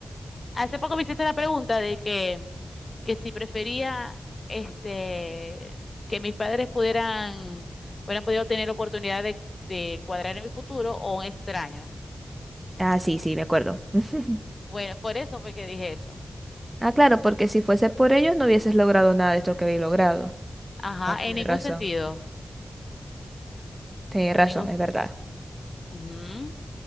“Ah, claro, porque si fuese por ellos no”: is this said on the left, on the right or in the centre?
Right